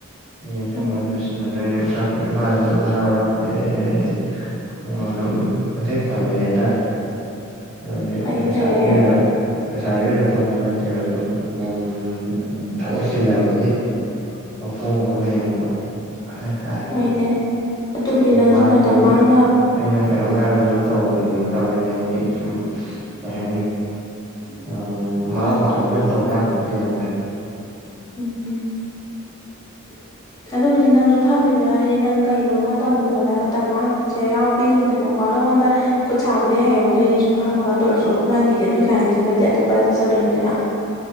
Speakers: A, on the right; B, on the left.
A: ꯍꯥꯌꯦꯡ ꯊꯕꯛ
B: ꯎꯝ
A: ꯑꯗꯨ ꯁꯤꯖꯟꯅꯗꯣꯏꯅꯦ ꯄꯩꯁꯥ ꯄꯤꯔꯛ <unintelligible> ꯑꯣ ꯃꯥꯖꯨ ꯍꯔꯥꯎ ꯍꯔꯥꯎ ꯄꯤꯔꯛꯑꯦ ꯍꯥꯏꯗꯤ ꯑꯣ ꯑꯗꯨꯝ ꯃꯇꯦꯡ ꯄꯥꯡꯅꯩ ꯍꯥꯏꯇꯥꯔꯦ ꯍꯥꯢꯕꯗꯤ
B: ꯐꯩꯌꯦ
A: ꯄꯩꯁꯥꯒꯤ
B: ꯐꯩꯌꯦ
A: ꯑꯣꯏꯅ ꯄꯩꯁꯥꯏ ꯑꯣꯏꯅ ꯐꯝꯕ ꯅꯠꯇꯦꯕ ꯁꯨꯝ ꯃꯣꯝ ꯊꯕꯛ ꯆꯤꯟꯅꯕꯅꯤ ꯑꯍꯣꯕ ꯑꯃ ꯃꯦꯟꯕ ꯍꯥꯏꯊꯥꯔꯦ
B: ꯍꯣꯏꯅꯦ ꯑꯗꯨꯕꯨꯗꯤ ꯅꯪꯁꯨ
A: ꯃꯥꯁꯨ
B: ꯃꯇꯝ
A: ꯑꯗꯨꯝ
B: ꯃꯥꯡꯅ
A: ꯑꯩꯅ ꯀꯩꯅꯣꯝ ꯍꯥꯏꯕꯗ ꯑꯗꯨꯝ ꯇꯧꯕꯤꯅꯦ ꯇꯧꯔꯤꯅꯦ ꯍꯥꯏꯗꯤ ꯁꯨꯝ ꯀꯩ ꯍꯥꯏꯅꯤ ꯑꯥ ꯃꯥ ꯃꯅꯥꯎꯄꯥꯅꯤꯅ ꯇꯧꯗ ꯌꯥꯄꯣꯟꯇꯦꯅꯦ ꯚꯥꯏ
B: ꯎꯝ ꯑꯗꯨꯕꯨꯗꯤ ꯅꯪꯁꯨ ꯐꯝꯃꯤꯗꯅ ꯍꯥꯏꯗꯤ ꯅꯪ ꯀꯩꯅꯣꯝꯃ ꯇꯧꯅꯤꯡꯕꯗ ꯃꯇꯝ ꯃꯥꯡꯉ ꯆꯦ ꯌꯥꯎꯕꯤꯅꯀꯣ ꯅꯪꯉꯣꯟꯗ ꯈꯨꯠ ꯁꯥꯕꯨꯗꯤ ꯍꯩꯍꯧꯗꯣꯏꯅꯤ ꯁꯨꯝ ꯐꯝꯃꯒꯗ ꯑꯗꯨꯑꯣꯏꯔꯁꯨ ꯅꯪꯒꯤꯗꯤ ꯑꯗꯨ ꯂꯥꯏꯟꯖꯤ ꯅꯠꯇꯦ ꯑꯇꯣꯞꯄꯗ ꯆꯠꯆꯗꯣꯏꯅꯤꯗꯅ